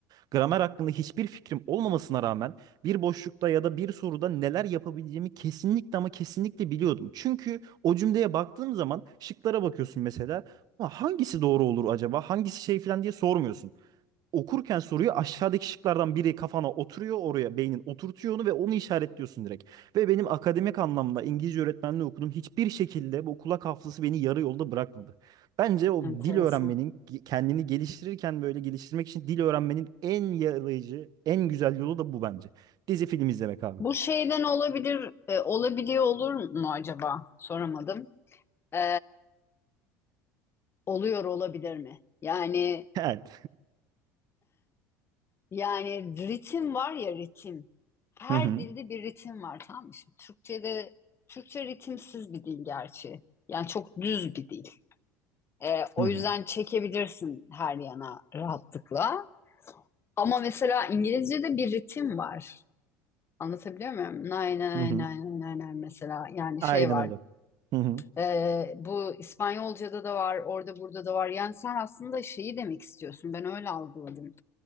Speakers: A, on the right; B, on the left.
A: gramer hakkında hiçbir fikrim olmamasına rağmen bir boşlukta ya da bir soruda neler yapabileceğimi kesinlikle ama kesinlikle biliyordum. Çünkü o cümleye baktığım zaman şıklara bakıyorsun mesela. Ha, hangisi doğru olur acaba? Hangisi şey falan diye sormuyorsun. Okurken soruyu aşağıdaki şıklardan biri kafana oturuyor oraya beynin oturtuyor onu ve onu işaretliyorsun direkt. Ve benim akademik anlamda İngilizce öğretmenliği okudum. Hiçbir şekilde bu kulak hafızası beni yarı yolda bırakmadı. Bence o
B: Enteresan.
A: dil öğrenmenin kendini geliştirirken böyle geliştirmek için dil öğrenmenin en yarayıcı, en güzel yolu da bu bence. Dizi film izlemek abi.
B: Bu
A: <laughs>
B: şeyden olabilir, e, olabiliyor olur mu acaba? Soramadım. E, oluyor olabilir mi? Yani
A: Evet.
B: yani ritim var ya ritim. Her
A: Hı hı.
B: dilde bir ritim var tamam mı? Şimdi Türkçe'de Türkçe ritimsiz bir dil gerçi. Yani çok düz bir dil. Ee, o
A: Hı hı.
B: yüzden çekebilirsin her yana rahatlıkla. Ama mesela İngilizce'de bir ritim var. Anlatabiliyor muyum? Nay nay
A: Hı hı.
B: nay nay nay mesela yani
A: Aynen
B: şey var.
A: öyle. Hı hı.
B: Ee, bu İspanyolca'da da var, orada burada da var. Yani sen aslında şeyi demek istiyorsun. Ben öyle algıladım.